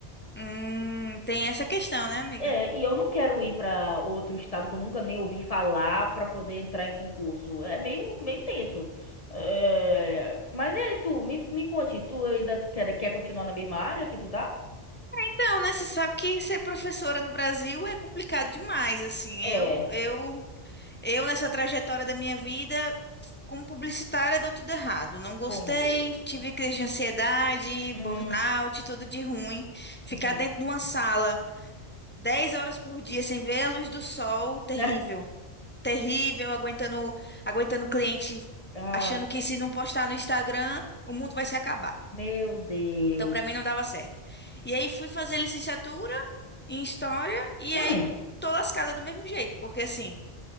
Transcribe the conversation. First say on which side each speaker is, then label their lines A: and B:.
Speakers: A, on the left (about 15°); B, on the left (about 35°).
A: Hum, tem essa questão, né, amiga?
B: É, e eu não quero ir pra outro estado que eu nunca nem ouvi falar pra poder entrar em concurso. É meio, meio tenso. É, mas e aí, tu? Me, me conte, tu ainda quer, quer continuar na mesma área que tu tá?
A: Então, né, você sabe que ser professora no Brasil é complicado demais, assim.
B: É.
A: Eu, eu Eu, nessa trajetória da minha vida, como publicitária, deu tudo errado. Não gostei,
B: Oh, meu Deus.
A: tive crise de ansiedade,
B: Uhum,
A: burnout, tudo de ruim. Ficar
B: uhum.
A: dentro de uma sala 10 horas por dia sem ver a luz do sol, terrível.
B: <laughs>
A: Terrível, aguentando, aguentando o cliente,
B: Ah,
A: achando que se não postar no Instagram, o mundo vai se acabar.
B: meu Deus.
A: Então, para mim, não dava certo. E aí, fui fazer licenciatura em História, e
B: Hum,
A: aí, tô lascada do mesmo jeito, porque assim